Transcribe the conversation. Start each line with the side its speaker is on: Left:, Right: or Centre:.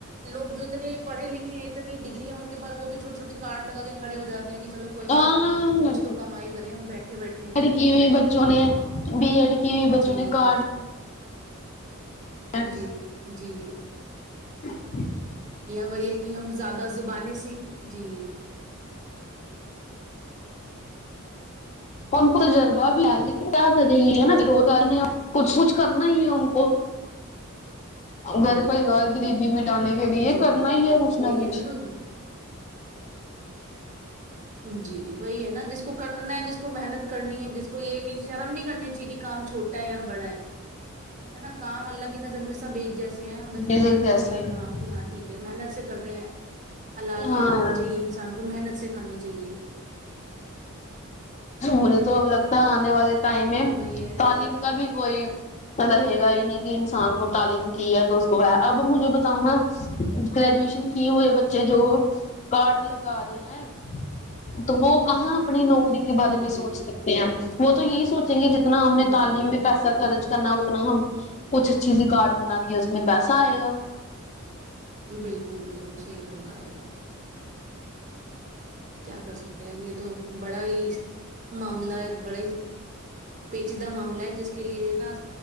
Right: لوگ جو اتنے پڑے لکھے ہیں اتنی ڈگگریا ہیں ان کے پس وہ بھی چھوٹی چھوٹی کار لگا کے کڑے ہو جاتے ہیں کہ چلو کوئی
Left: ہاں
Right: بات نہیں کچھ تو کمائی کریں ہم بیٹھے بیٹھے
Left: ای کی بچوں نے بی ایڈ کہ بچوں
Right: جی
Left: نے کار الگ
Right: جی جی
Left: ج
Right: یہ وہی ہے کہ ہم زیادہ زبانیں سیکھ جی
Left: ان کو تجربہ بھی لا لی کیا کرے گی ہے نا بوزار نے کچھ کچھ کرنا ہی ہے ان کو
Right: جی
Left: گھر پریوار
Right: جی
Left: غریبی مٹانے کے لیے
Right: جی
Left: یہ کر نا ہی ہے کچھ
Right: وہی
Left: نہ
Right: کہہ
Left: کچھ
Right: رہے نا جی وہی ہے نا جس کو کرنا ہے جس کو محنت کرنی ہے جس کو یہ نہیں شرم نہیں کرنی چاہیے کام چھوٹا ہے یا بڑا ہے ہے نا کام اللہ کی نظر میں سب ایک جیسے ہیں ہم
Left: بزل
Right: کرنا
Left: جیسا
Right: چاہیے
Left: ہی ہے
Right: کام کی ہاں ٹھیک ہے محنت سے کر رہے ہیں حلال
Left: ہاں
Right: کی کھانی چاہیے ان انسان کو محنت سے کھانی چاہیے
Left: مجھے تو اب لگتا ہے آنے والے ٹائم میں
Right: وہی ہے
Left: تعلیم کا بھی کوئی رہے گا ہی نہیں کہ انسان کو تعلیم کی ہے تو اس کو ہے اب مجھے بتاؤں نا گریجویشن کی ہوئے بچے جو کارڈ لگا رہے ہیں تو وہ کہاں اپنی نوکری کے بارے میں
Right: جی
Left: سونچ سکتے ہیں وہ تو یہی سونچ چاہے جتنا ہم نے تعلیم
Right: جی
Left: میں پس ا خرچ کرنا اتنا ہم کچھ اچھی سی کارڈ بنا کے اس میں پیسہ آئے گا
Right: بالکل بالکل صحیح فرما رہے ہیں کیا کر سکتے ہیں اب یہ تو بڑا ہی معاملہ ایک بڑا ہی پیچیدہ معاملہ ہے جس کے لیے نا